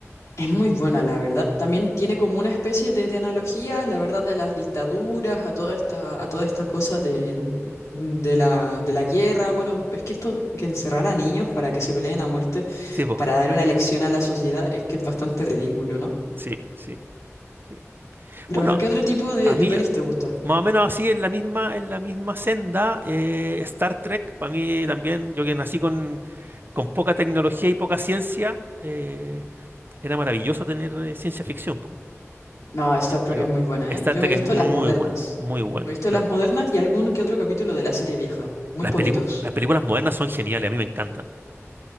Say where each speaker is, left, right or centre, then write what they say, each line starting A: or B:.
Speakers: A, on the left (about 85°); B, on the right (about 45°).
A: Es muy buena, la verdad. También tiene como una especie de, de analogía, la verdad, de las dictaduras, a toda esta, a toda esta cosa de, de la, de la guerra. Bueno, es que esto, que encerrar a niños para que se peleen a muerte,
B: Sí, po,
A: para dar una lección a la sociedad, es que es bastante ridículo, ¿no?
B: sí, sí, sí.
A: Pero
B: Bueno,
A: bueno, ¿qué otro tipo de,
B: a mí,
A: de pelis te gusta?
B: Más o menos así, en la misma, en la misma senda, eh, Star Trek, para mí también, yo que nací con, con poca tecnología y poca ciencia, eh, era maravilloso tener eh, ciencia ficción. po.
A: No, Star
B: Eh, Yo,
A: Trek es muy buena,
B: Star
A: ¿eh? Yo
B: Trek
A: me he visto
B: es muy
A: las modernas.
B: buena, muy buena.
A: Me he visto
B: La-
A: las modernas y algún que otro capítulo de la serie vieja. Muy
B: las
A: poquitos.
B: pelicu- las películas modernas son geniales, a mí me encantan.